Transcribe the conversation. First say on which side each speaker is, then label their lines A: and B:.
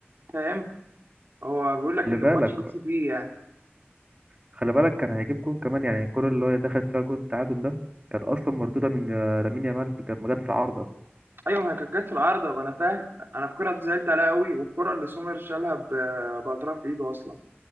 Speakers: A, on the right (about 60°); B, on the right (about 25°).
A: فاهم هو بيقول
B: خلي
A: لك ان
B: بالك
A: الماتش يكسب فيه يعني
B: خلي بالك كان هيجيب جون كمان يعني الكره اللي هي دخلت فيها جون التعادل ده كانت اصلا مردوده من آه، لامين يامال لما جت في عارضه
A: ايوه ما هي كانت جت في العارضه ما انا فاهم انا الكره دي زعلت عليها قوي والكره اللي سومر شالها ب- باطراف ايده اصلا